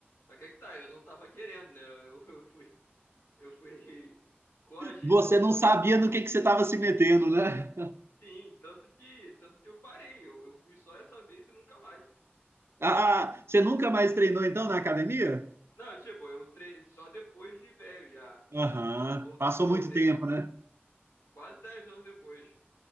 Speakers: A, on the left; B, on the right.
A: Só que é que tá, eu não tava querendo, né? Eu, <laughs> eu fui, eu fui <laughs> coagido
B: Você
A: pelo
B: não
A: meu
B: sabia
A: amigo.
B: no que, que você estava se metendo, né?
A: Sim, tanto que, tanto que eu parei. Eu, eu fui só essa vez e nunca mais.
B: Ah, você nunca mais treinou então na academia?
A: Não, tipo, eu tre... só depois de velho já.
B: Aham,
A: Eu vol-
B: uhum. passou
A: voltei
B: muito tempo,
A: com vi-
B: né?
A: quase 10 anos depois.